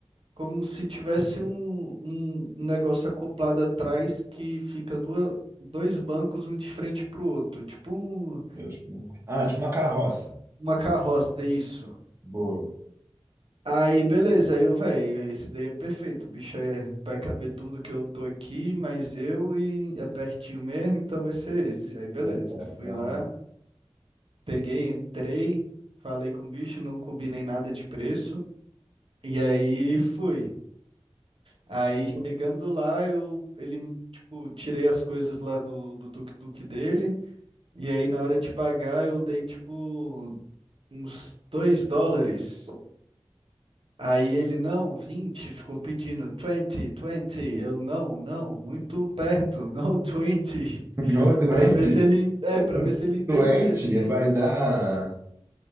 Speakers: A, on the right; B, on the right.
A: como se tivesse um, um negócio acoplado atrás que fica duas, dois bancos, um de frente pro outro. Tipo um-
B: Eu acho que não. Ah, tipo uma carroça.
A: uma carroça, é isso.
B: Boa,
A: Aí, beleza, aí eu, velho, esse daí é perfeito. O bicho é, vai caber tudo que eu tô aqui, mas eu e é pertinho mesmo, então vai ser esse. Aí, beleza.
B: já certo.
A: Fui
B: aham.
A: lá, peguei, entrei, falei com o bicho, não combinei nada de preço. E aí fui. Aí chegando lá, eu ele tipo, tirei as coisas lá do do tuk-tuk dele. E aí na hora de pagar, eu dei tipo uns dois dólares. Aí ele, não, 20, ficou pedindo 20, 20. Eu, não, não, muito perto, no 20.
B: Não,
A: <laughs>
B: doente.
A: para ver se ele, é,
B: Pô,
A: para ver se ele entendia.
B: Doente
A: Você tem,
B: vai dar